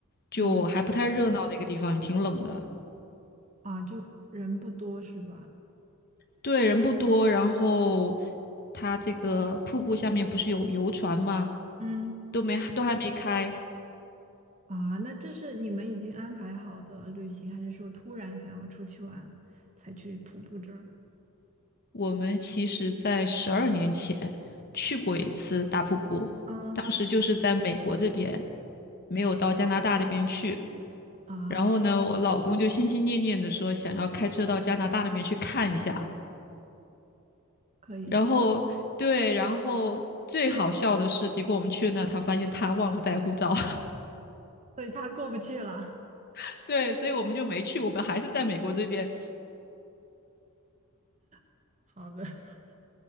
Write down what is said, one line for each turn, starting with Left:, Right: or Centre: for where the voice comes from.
Left: 就还不太热闹，
Right: 嗯，
Left: 那个地方也挺冷的，
Right: 啊，就人不多是吧？
Left: 对，人不多，然后它这个瀑布下面不是有游船吗？
Right: 嗯，
Left: 都没，都还没开。
Right: 啊，那这是你们已经安排好的旅行，还是说突然想要出去玩才去徒步这儿？
Left: 我们其实在十二年前去过一次大瀑布，
Right: 嗯，
Left: 当时就是在美国这边，没有到加拿大那边去。
Right: 啊，
Left: 然后呢，我老公就心心念念的说想要开车到加拿大那边去看一下。
Right: 可以，
Left: 然后对，
Right: 所以
Left: 然后最好笑的是，结果我们去那，他发现他忘了带护照。
Right: 所以他过不去了。
Left: <laughs> 对，所以我们就没去，我们还是在美国这边，
Right: <laughs> 好的，<laughs>